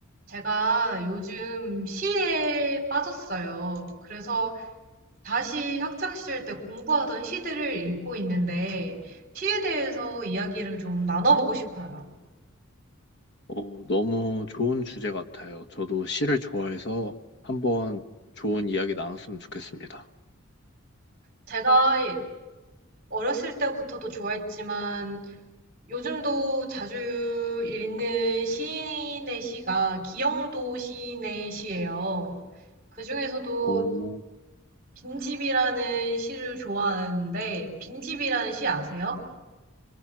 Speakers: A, on the right; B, on the left.
A: 제가 요즘 시에 빠졌어요. 그래서 다시 학창시절 때 공부하던 시들을 읽고 있는데, 시에 대해서 이야기를 좀 나눠보고 싶어요.
B: 어, 너무 좋은 주제 같아요. 저도 시를 좋아해서 한번 좋은 이야기 나눴으면 좋겠습니다.
A: 제가 어렸을 때부터도 좋아했지만, 요즘도 자주 읽는 시인의 시가 기영도 시인의 시예요. 그중에서도
B: 오,
A: 빈집이라는 시를 좋아하는데, 빈집이라는 시 아세요?